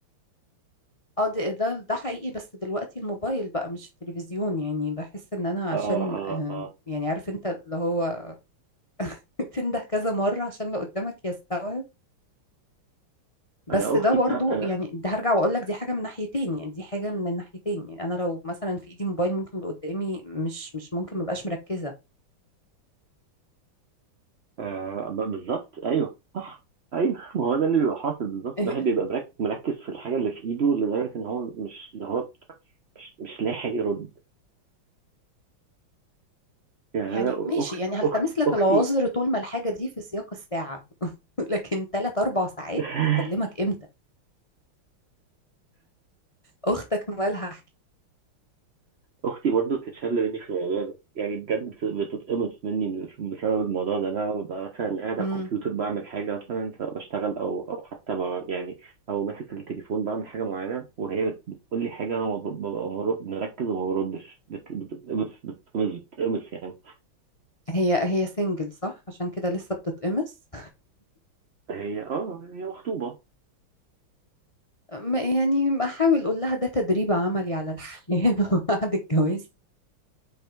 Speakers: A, on the left; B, on the right.
A: اه ده ده ده حقيقي بس دلوقتي الموبايل بقى مش التلفزيون يعني بحس ان انا عشان
B: اه اه
A: آه،
B: اه
A: يعني عارف انت اللي هو <laughs> تنده كذا مرة عشان اللي قدامك يستوعب بس
B: انا اختي
A: ده برضو
B: بتاع انا
A: يعني ده هرجع واقول لك دي حاجة من ناحيتين يعني دي حاجة من الناحيتين يعني انا لو مثلا في ايدي موبايل ممكن اللي قدامي مش مش ممكن مبقاش مركزة
B: آه ب- بالظبط ايوه صح ايوه ما هو ده اللي بيبقى حاصل بالظبط
A: <laughs>
B: الواحد بيبقى مرك- مركز في الحاجه اللي في ايده لدرجه ان هو مش ده هو مش, مش لاحق يرد يعني
A: يعني
B: انا اخت
A: ماشي يعني هلتمس
B: اخت
A: لك
B: اختي
A: العذر طول ما الحاجة دي في سياق الساعة <laughs> لكن ثلاث اربع ساعات
B: <laughs>
A: هكلمك امتى اختك مالها
B: اختي برضو بتتشل مني في الموضوع ده يعني بجد بت- بتتقمص مني بسبب الموضوع ده انا ببقى مثلا قاعد على الكمبيوتر
A: احكي
B: بعمل حاجه مثلا سواء بشتغل او او حتى ب- يعني او ماسك التليفون بعمل حاجه معينه وهي بت- بتقول لي حاجه انا ما ب- ببقى مر- مركز وما بردش بت- بتتقمص بتتقمص بتتقمص يعني
A: هي هي سنجل صح عشان كده لسه بتتقمص
B: هي اه هي مخطوبه
A: م- يعني احاول اقول لها ده تدريب عملي على الحياة <laughs> بعد الجواز